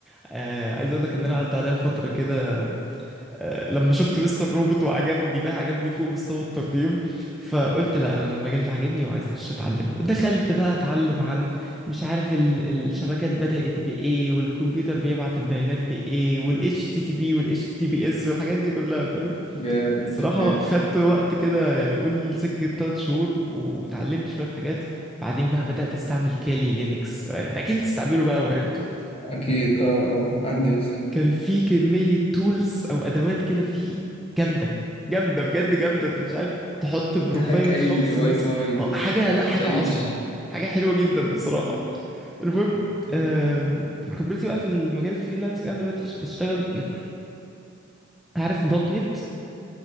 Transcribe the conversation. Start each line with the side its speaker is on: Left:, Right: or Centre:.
Centre: آه، عايز أقول لك
Left: جامد
Centre: إن أنا عدى عليا فترة كده آه، لما شفت مستر روبوت وعجبني بقى عجبني فوق مستوى التقييم فقلت لا انا المجال ده عاجبني وعايز اخش اتعلمه دخلت بقى اتعلم عن مش عارف ال- الشبكات بدأت بايه والكمبيوتر بيبعت البيانات بايه والاتش تي تي بي والاتش تي تي بي اس والحاجات دي كلها فاهم
Left: جامد
Centre: الصراحة
Left: جامد.
Centre: خدت وقت كده يعني قول سكة تلات شهور وتعلمت شوية حاجات بعدين بقى بدأت استعمل كالي لينكس آه، انت اكيد بتستعمله بقى وعرفته
Left: أكيد أه أه عندي أصلا
Centre: كان في كمية تولز أو أدوات كده في جامدة جامدة بجد جامدة أنت مش عارف تحط بروفايل
Left: تهاك أي
Centre: شخص
Left: واي
Centre: مثلا
Left: فاي
Centre: أه
Left: و...
Centre: حاجة لأ
Left: وتعيش
Centre: حاجة عظمة حاجة حلوة جدا بصراحة
Left: مم.
Centre: المهم
Left: مم.
Centre: آم، خبرتي بقى في المجال الفريلانسنج أنا دلوقتي ش- بشتغل <clears throat> عارف دوت نت